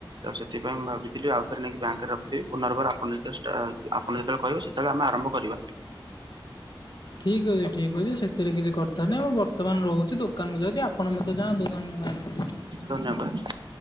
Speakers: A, on the right; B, on the left.
A: ତ ସେଥିପାଇଁ ମୁଁ ଭାବିଥିଲି ଆଉଥରେ ନେଇକି ବ୍ୟାଙ୍କ୍ ରଖିଦେବି। ପୁନର୍ବାର ଆପଣ ଯେତେବେଳେ ଷ୍ଟା ଆ ତମେ ଯେତେବେଳେ କହିବ ସେତେଳେ ଆମେ ଆରମ୍ଭ କରିବା।
B: ଠିକ୍ ଅଛି ଠିକ୍ ଅଛି ସେଥିରେ କିଛି କଥା ନାଇ ମୁଁ ବର୍ତ୍ତମାନ ରହୁଚି ଦୋ କାନକୁ ଯାଉଚି ଆପଣ ମଧ୍ୟ ଯାଆନ୍ତୁ ଧନ୍ୟବାଦ୍।
A: ଧନ୍ୟବାଦ୍।